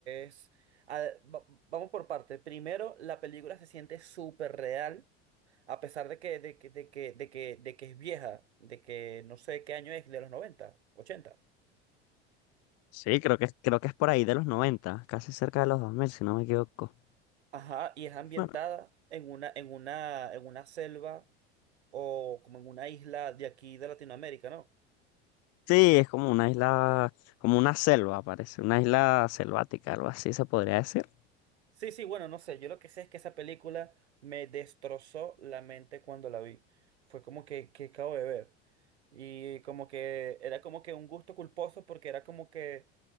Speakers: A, on the right; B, on the left.
A: Es... a- va- vamos por parte. Primero, la película se siente súper real A pesar de que, de que, de que, de que, de que es vieja, de que no sé qué año es, de los noventa ochenta
B: Sí, creo que, es- creo que es por ahí de los 90, casi cerca de los 2000 si no me equivoco.
A: Ajá, y es ambientada
B: Bueno,
A: en una, en una, en una selva o como en una isla de aquí de Latinoamérica, ¿no?
B: sí, es como una isla, como una selva, parece, una isla selvática, algo así se podría decir.
A: Sí, sí, bueno, no sé, yo lo que sé es que esa película me destrozó la mente cuando la vi. Fue como que, que acabo de ver. Y como que era como que un gusto culposo porque era como que